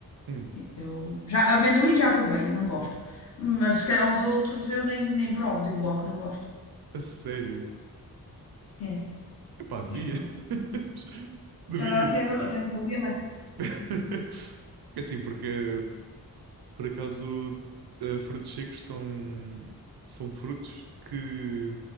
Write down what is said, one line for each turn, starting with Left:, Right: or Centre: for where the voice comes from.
Right: Hum,
Left: Eu já, amendoim já provei e não gosto. Mas se calhar os outros eu nem, nem provo, digo logo que não gosto.
Right: a sério.
Left: É,
Right: Epá, devias.
Left: mas pronto.
Right: <laughs>
Left: Se
Right: Devias.
Left: calhar até, era- até me fazia bem.
Right: <laughs> É assim, porque Por acaso, eh, frutos secos são, são frutos que.